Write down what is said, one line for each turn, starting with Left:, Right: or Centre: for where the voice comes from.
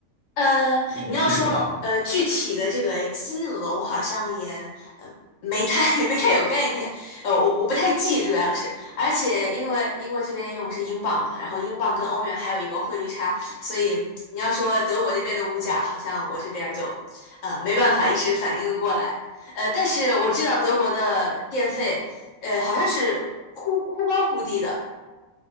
Left: 呃，
Right: 如果没记错的话。
Left: 你要说呃具体的这个金额，我好像也呃没太 <laughs> 没太有概念，呃，我我不太记，主要是，而且因为英国这边用的是英镑嘛，然后英镑跟欧元还有一个汇率差，所以你要说德国那边的物价，好像我这边儿就呃没办法一时反应过来，呃，但是我知道德国的电费，呃，好像是忽忽高忽低的。